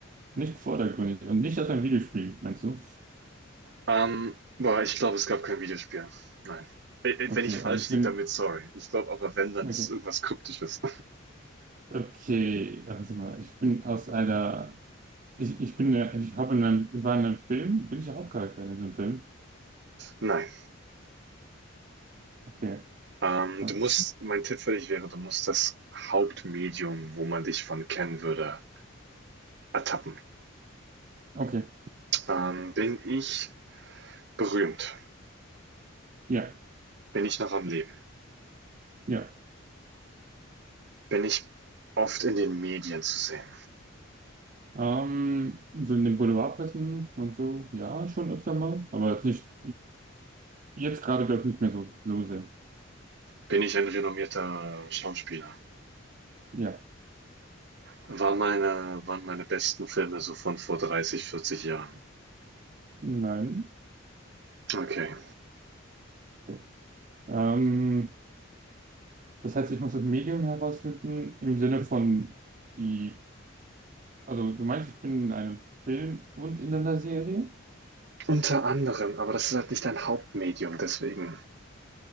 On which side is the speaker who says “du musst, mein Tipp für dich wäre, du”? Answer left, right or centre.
Right